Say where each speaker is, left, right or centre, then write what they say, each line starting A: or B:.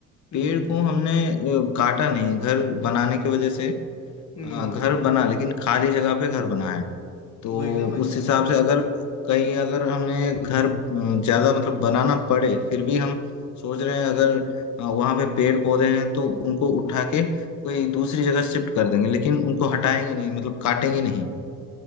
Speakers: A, on the left; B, on the left.
A: हम्म
B: पेड़ को हमने अ, काटा नहीं घर बनाने की वजह से
A: हम्म
B: अ, घर बना लेकिन खाली जगह पे घर बनाया तो
A: वही ना भाई
B: उस हिसाब से अगर कहीं अगर हमें घर अ, ज्यादा मतलब बनाना पड़े फिर भी हम सोच रहे हैं अगर अ, वहां पे पेड़ पौधे हैं तो उनको उठा के कोई दूसरी जगह शिफ्ट कर देंगे लेकिन उनको हटाएंगे नहीं मतलब काटेंगे नहीं